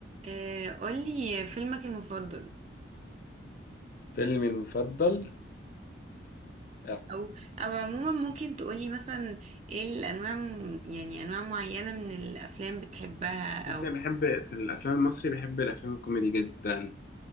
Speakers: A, on the right (about 35°); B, on the left (about 50°).
A: آه، قولي فيلمك المفضل
B: فيلمي المفضل آه،
A: او او عموما ممكن تقولي مثلا ايه الانواع م- يعني انواع معينة من الافلام بتحبها
B: بص
A: او
B: انا بحب في الافلام المصري بحب الافلام الكوميدي جدا